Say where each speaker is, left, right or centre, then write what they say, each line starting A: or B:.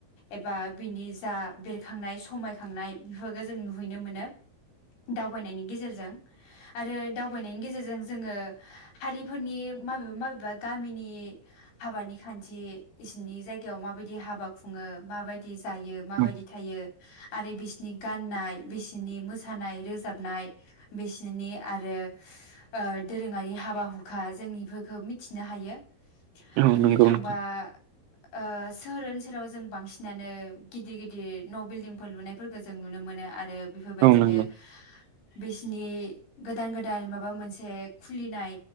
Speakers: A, on the left (about 80°); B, on the right (about 85°).
A: एबा बिनि जा बेरखांनाय समायखांनाय बेफोरखौ जों नुहैनो मोनो दावबायनायनि गेजेरजों आरो दावबायनायनि गेजेरजों जोङो हारिफोरनि माबेबा माबेबा गामिनि हाबानि खान्थि इसिनि जायगायाव माबायदि हाबा खुङो माबायदि जायो माबायदि
B: औ
A: थायो आरो बिस नि गाननाय बिसिनि मोसानाय रोजाबनाय बिसिनि आरो ओ दोरोङारि हाबा हुखा जों इफोरखौ मिथिनो हायो
B: औ
A: बुंनो
B: नंगौ
A: थांबा
B: नोंथां
A: ओ सोहोर ओनसोलाव जों बांसिनानो गिदिर गिदिर न' बिल्डिंफोर लुनायफोरखौ जों नुनो मोनो आरो बेफोरबायदिनो
B: औ नंगौ
A: बिसिनि गोदान गोदान माबा मोनसे खुलिनाय